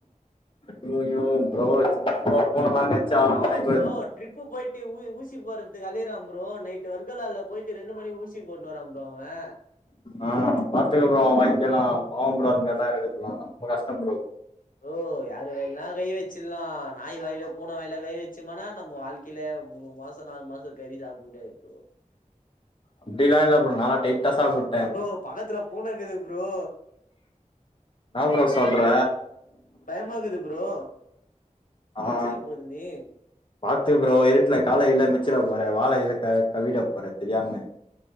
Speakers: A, on the left; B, on the left.
A: ஐய் ஐயய்யோ ப்ரோ பூனைலாம் கடிச்சா <unintelligible>
B: பாவோ ப்ரோ ட்ரிப்பு போயிட்டு ஊசி போறதுக்கு அலையறாம் ப்ரோ நைட்டு வர்க்கலால போயிட்டு ரெண்டு மணி ஊசி போடனுன்றாம் பரோ அவே
A: ஆ பாத்துக்க ப்ரோ அவ் வாங்கிக்கலாம் பாவோ ப்ரோ அது ங்க ல்லாம் இறக்கதுலாம் ரொம்ப கஷ்டோ ப்ரோ
B: ப்ரோ யாரு வேண்ணா கை வச்சிர்லாம் நாய் வாயில பூன வாயல கை வச் நிச்சம் ஆனா நம்ம வாழ்கேல மூணு மாசோ நாலு மாசோ கறி சாப்ட முடியாது ப்ரோ
A: அப்டிலாம் இல்ல ப்ரோ நானா டைட்டா சாப்டு
B: ப்ரோ பக்கத்துல பூனக்குது ப்ரோ
A: ன்னா ப்ரோ சொல்ற
B: பயமாகுது ப்ரோ
A: ஆ
B: அச்சிர போது நீ
A: பாத்து ப்ரோ இருட்டுல கால கீல மிதிச்சிட போற வால கீல கவ்விட போற தெரியாம